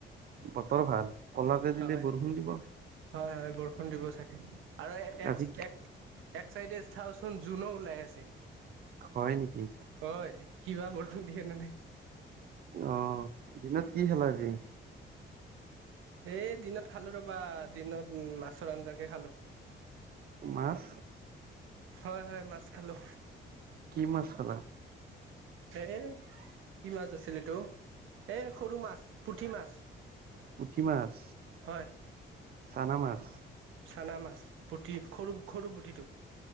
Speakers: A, on the right; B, on the right.
A: বতৰ ভাল। কলাকে দিলে
B: হয়
A: বৰষুণ দিব
B: হয় হয় বৰষুণ দিব চাগে আৰু এষ
A: আজি কি
B: এক, এক চাইডে চাওচোন যোনো ওলাই আছে।
A: হয় নেকি
B: হয়, কিবা বৰষুণ দিয়ে নে নাই।
A: অ' দিনত কি খালা আজি?
B: এই দিনত খালো ৰবা দিনত মাছৰ আঞ্জাকে খালো।
A: মাছ।
B: হয় হয়, মাছ খালো।
A: কি মাছ খালা?
B: এ', কি মাছ আছিল এইটো। এই সৰু মাছ, পুঠি মাছ,
A: পুঠি মাছ
B: হয়।
A: চানা মাছ।
B: চানা মাছ, পুঠি, সৰু সৰু পুঠিটো।